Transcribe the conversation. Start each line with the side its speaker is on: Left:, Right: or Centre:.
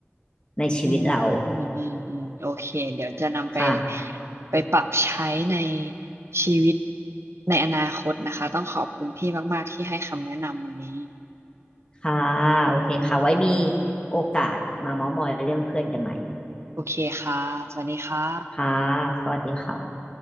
Left: ในชีวิตเรา
Right: อืมอืมอืมอืมโอเคเดี๋ยวจะนำไป
Left: ค่ะ
Right: ไปปรับใช้ในชีวิตในอนาคตนะคะต้องขอบคุณพี่มากๆที่ให้คำแนะนำวันนี้
Left: ค่ะ โอเคค่ะ ไว้มีโอกาสมาเม้าท์มอยเรื่องเพื่อนกันใหม่
Right: โอเคค่ะ สวัสดีค่ะ
Left: ค่ะ สวัสดีค่ะ